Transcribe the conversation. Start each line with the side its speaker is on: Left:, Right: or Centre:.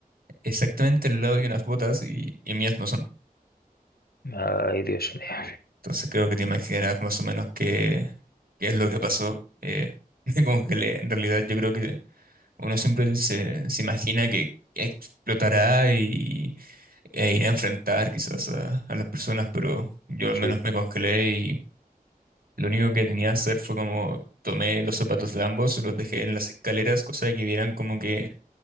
Right: exactamente al lado de unas botas y, y mías no son.
Left: Ay, Dios mío.
Right: Entonces creo que te imaginarás más o menos qué, qué es lo que pasó. Eh, <laughs> me congelé. En realidad yo creo que uno siempre se, se imagina que explotará y, e irá a enfrentar quizás a, a las personas, pero yo al
Left: Sí.
Right: menos me congelé y lo único que tenía que hacer fue como tomé los zapatos de ambos, los dejé en las escaleras, cosa de que vieran como que